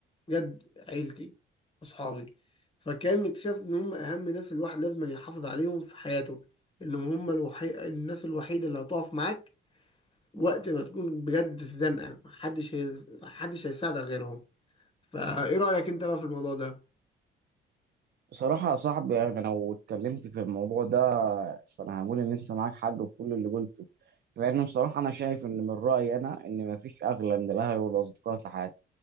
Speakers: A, on the left; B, on the right.
A: بجد عيلتي أصحابي فكان اكتشفت إن هم أهم ناس الواحد لازم يحافظ عليهم في حياته إنهم هم الوحي... الناس الوحيدة اللي هتقف معاك وقت ما تكون بجد في زنقة محدش هي... محدش هيساعدك غيرهم فإيه رأيك أنت بقى في الموضوع ده؟
B: بصراحة يا صاحبي يعني أنا لو اتكلمت في الموضوع ده فأنا هقول إن أنت معاك حق في كل اللي قلته لأن بصراحة أنا شايف إن من رأيي أنا إن مفيش أغلى من الأهل والأصدقاء في حياتي.